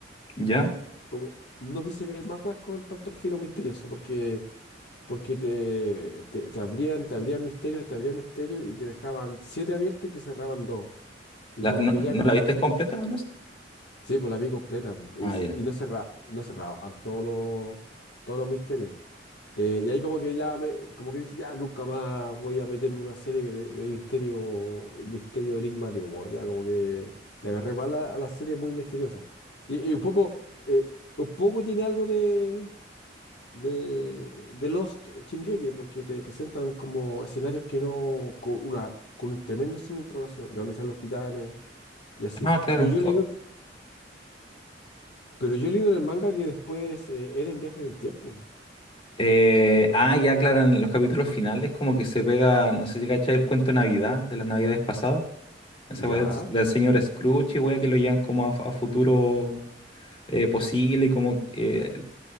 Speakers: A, on the left; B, on the left.
A: ¿Ya?
B: como no quise ver más weas con tanto giro misterioso, porque, porque te, te, te abrían, te abrían misterios, te abrían misterios y te dejaban siete abiertos y te cerraban dos. Y
A: ¿La-
B: como
A: no,
B: que ya
A: no la viste completa, Lost?
B: Sí, pues la vi completa po,
A: Ah,
B: y,
A: ya.
B: y no cerra, no cerraban todos los, todos los misterios. Eh, y ahí como que ya me, como que dije, ya nunca más voy a meterme en una serie de, de misterio, misterio enigmático, po, Ya como que le agarré mal a, a la serie muy misteriosa. Y, y un poco, eh, un poco tiene algo de, de, de Lost Shingeki, porque te presentan como escenarios que no, con una, con un tremendo signo de interrogación, de dónde salen los titanes y así.
A: Ah, claro.
B: Pero yo le
A: Oh,
B: digo Pero yo he leído en el manga que después eh, Eren viaje en el tiempo.
A: eh, ah, ya, claro, en los capítulos finales como que se pega, no sé si cachai el cuento de Navidad, de las Navidades pasadas. Esa
B: Ya.
A: wea del, del señor Scrooge y wea que lo llevan como a, a futuro eh, posible y como eh,